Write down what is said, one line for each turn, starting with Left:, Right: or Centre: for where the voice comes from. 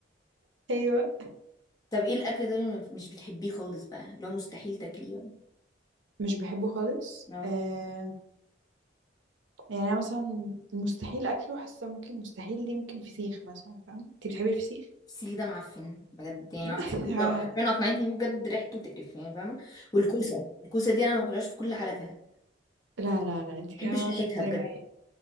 Right: ايوه
Left: طب ايه الأكل ده اللي مش بتحبيه خالص بقى لو مستحيل تاكليه بقى
Right: مش بحبه خالص
Left: اه
Right: آه... يعني انا مثلا مستحيل اكله حاسه ممكن مستحيل دي ممكن فسيخ مثلا فاهم انت بتحبي الفسيخ
Left: السيخ ده معفن بجد يعني
Right: <laughs>
Left: واحد صاحبتي أو- حرفيا اقنعتني بيه بجد ريحته تقرف يعني فاهمة والكوسة الكوسة دي أنا ما باكلهاش في كل حالاتها
Right: لا لا لا انت
Left: ما بحبش
Right: كده
Left: ريحتها
Right: بتهزري
Left: بجد
Right: معايا